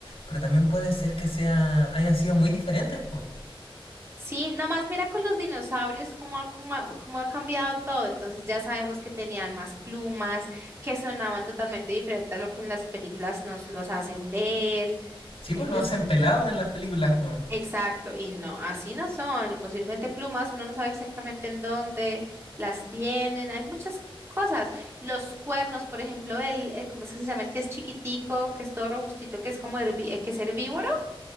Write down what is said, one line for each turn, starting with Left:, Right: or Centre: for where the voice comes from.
Left: pero también puede ser que sea, hayan sido muy diferentes, pues.
Right: Sí, nomás mira con los dinosaurios cómo, ha- cómo, ha cómo ha cambiado todo. Entonces ya sabemos que tenían más plumas, que sonaban totalmente diferente a lo que en las películas nos los hacen ver.
Left: Sí,
Right: eh,
Left: pues lo
Right: los
Left: hacen
Right: son-
Left: pelado en las películas, po.
Right: exacto, y no, así no son. Y posiblemente plumas, uno no sabe exactamente en dónde las tienen. Hay muchas cosas. Los cuernos, por ejemplo, el, eh, ¿cómo es que se llama? El que es chiquitico, que es todo robustito, que es como herbi- eh, que es herbívoro.